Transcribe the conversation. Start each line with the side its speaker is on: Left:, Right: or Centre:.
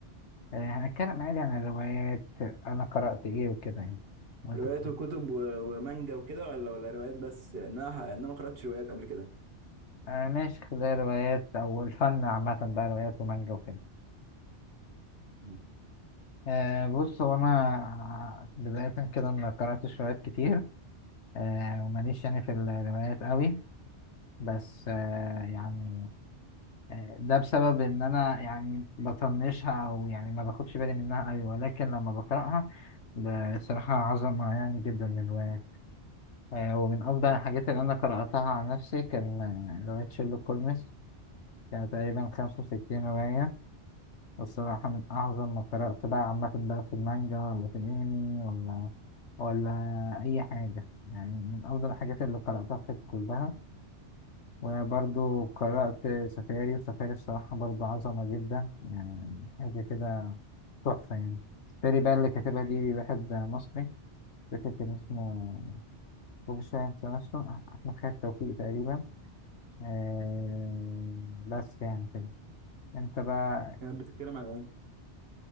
Left: آه، هنتكلم عادي عن الروايات أنا قرأت إيه وكده يعني وأنت
Right: روايات
Left: قرأت
Right: وكتب و- ومانجا وكده ولا ولا روايات بس لانها لأن انا ما قراتش روايات قبل كده
Left: آه، ماشي خلال روايات أو الفن عامة بقى روايات ومانجا وكده
Right: مم.
Left: آه، بص هو أنا بداية كده ما قرأتش روايات كتير آه، وماليش يعني في الروايات قوي بس آه، يعني آه، ده بسبب ان انا يعني بطنشها او يعني ما باخدش بالي منها قوي ولكن لما بقراها بصراحة عظمة يعني جدا من الرواية آه، ومن افضل الحاجات اللي انا قرأتها عن نفسي كان آه، رواية شيرلوك هولمز كان تقريبا 65 رواية والصراحة من اعظم ما قرأت بقى عامة بقى في المانجا ولا في الانمي ولا ولا اي حاجة يعني من افضل الحاجات اللي قرأتها في حياتي كلها وبرضو قرأت سفاري وسفاري الصراحة برضو عظمة جدا يعني حاجة كده تحفة يعني سفاري بقى اللي كاتبها دي واحد مصري فاكر كان اسمه هو مش فاهم نفسه أحمد خالد توفيق تقريبا آه بس يعني كده أنت بقى
Right: كانت بتتكلم عن ايه